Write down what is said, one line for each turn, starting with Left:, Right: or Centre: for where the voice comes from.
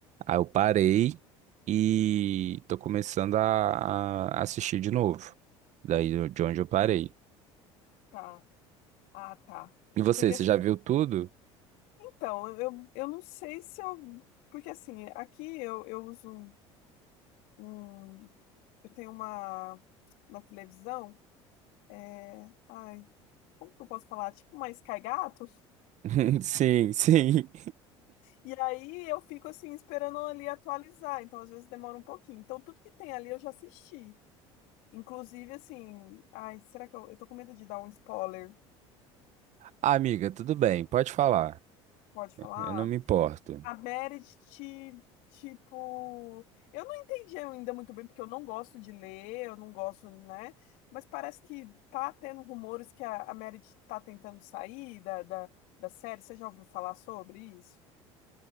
Right: Aí eu parei e tô começando a, a assistir de novo. Daí eu- de onde eu parei.
Left: Tá. Ah, tá.
Right: E você,
Left: Porque assim,
Right: você já viu tudo?
Left: então, eu, eu não sei se eu. Porque assim, aqui eu, eu uso um. um- Eu tenho uma. Na televisão. É, ai, como que eu posso falar? Tipo uma Sky Gato.
Right: <laughs> Sim, sim.
Left: E aí eu fico assim esperando ali atualizar, então às vezes demora um pouquinho. Então tudo que tem ali eu já assisti. Inclusive assim, ai, será que eu, eu tô com medo de dar um spoiler?
Right: Ah, Amiga, tudo bem, pode falar.
Left: Pode falar?
Right: Eu não me importo.
Left: A Meredith, tipo, eu não entendi ainda muito bem porque eu não gosto de ler, eu não gosto, né? Mas parece que tá tendo rumores que a, a Meredith tá tentando sair da, da, da série. Você já ouviu falar sobre isso?